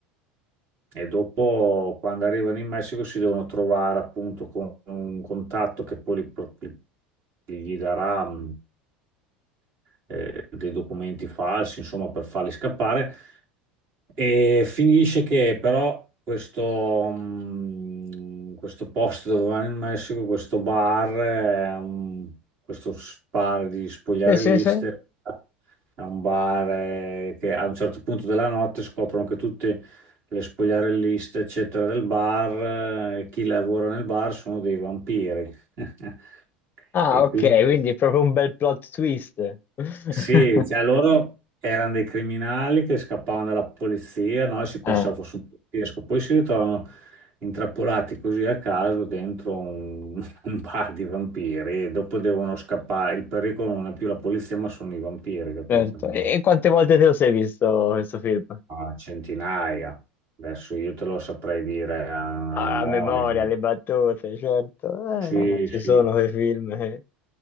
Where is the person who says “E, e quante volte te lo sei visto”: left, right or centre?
Left